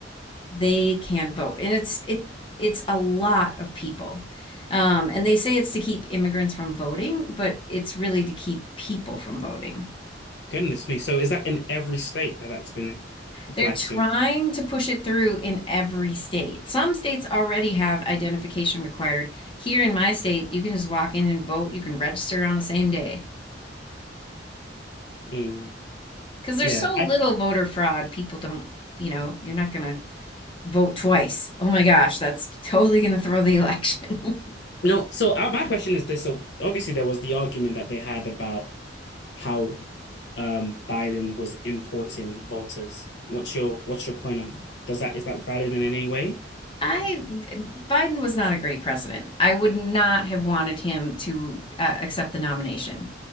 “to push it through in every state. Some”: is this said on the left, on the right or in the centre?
Left